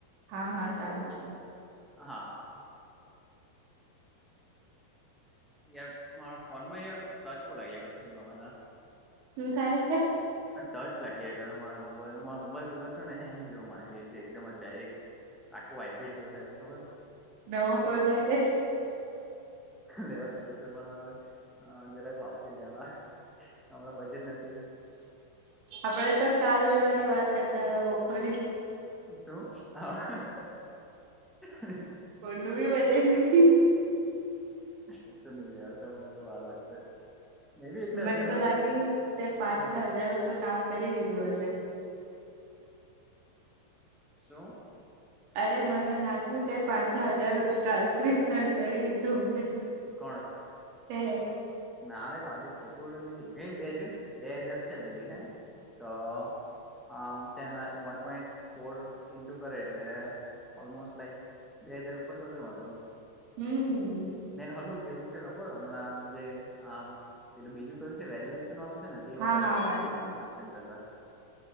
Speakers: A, on the right (about 45°); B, in the centre.
A: હા હા ચાલુ છે
B: હા યાર મારા ફોન માં યાર ટચ <unintelligible> કર ગમે ત
A: શું થાય છે
B: આ ટચ લાગીયા કરે મારા મોબાઈલમાં મોબાઈલ કોઈ વાર છે ને હેંગ જેવો મારી જાય છે એકદમ જ ડાયરેક્ટ આખૂ વાઇબ્રેટ જેવો થાય છે ખબર
A: નવો ફોન લાઈબ્રેરી
B: લેવા જ પડશે પણ હવે જરાક વાપરી લેવા હમણાં બજેટ નથી
A: આપડે તો કાલ લેવાની વાત કરતા તા બપોરે
B: શું હ હ હ
A: કોઈનું બી બજેટ નહીં
B: એક તો ની <unintelligible> વાર લાગશે મે બી એટલે
A: મન
B: હજુ
A: તો લાગ્યું તે પાંચ
B: હમ
A: છ હજાર નું તો કામ કરી દીધું હશે
B: શું
A: અરે મને લાગ્યું તે પાંચ છ હજાર નું તો ટ્રાન્સક્રિપ્શન કરી દીધું હત
B: કોણે
A: તે
B: નારે <unintelligible> નથી બે હજ બે હજાર છે પેલી હે તો આમ તેના વન પોઈન્ટ ફોર ઇન્ટુ કરે એટલે ઓલમોસ્ટ લાઈક બે હાજાર ઉપર થશે મતલબ
A: હમ હમ
B: ને હલો કેવું છે ખબર હમણાં આમ જે આમ પેલું બીજું કયું છે વેલીડેશન વાળું છે ને એ
A: હા
B: વધારે
A: હા
B: સારું
A: વાંધો
B: છે ટ્રાન્સક્રિપ્શન
A: નઈ.
B: કરતા